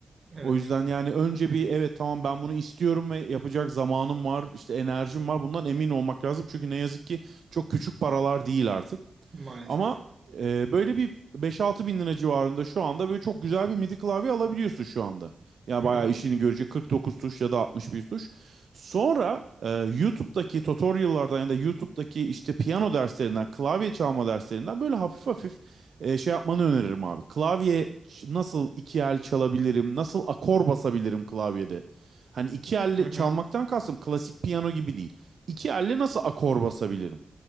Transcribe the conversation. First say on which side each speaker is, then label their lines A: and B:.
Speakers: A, on the right; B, on the right.
A: Evet,
B: O yüzden yani önce bir evet tamam ben bunu istiyorum ve yapacak zamanım var, işte enerjim var. Bundan emin olmak lazım. Çünkü ne yazık ki çok küçük paralar değil artık.
A: maalesef.
B: Ama e, böyle bir beş-altı bin lira civarında şu anda böyle çok güzel bir MIDI klavye alabiliyorsun şu anda. Yani
A: Hı
B: bayağı
A: hı.
B: işini görecek 49 tuş ya da 61 tuş. Sonra e, YouTube'daki tutorial'lardan ya da YouTube'daki işte piyano derslerinden, klavye çalma derslerinden böyle hafif hafif e, şey yapmanı öneririm abi. Klavye nasıl iki el çalabilirim, nasıl akor basabilirim klavyede? Hani iki elle
A: Hı hı.
B: çalmaktan kastım klasik piyano gibi değil. İki elle nasıl akor basabilirim?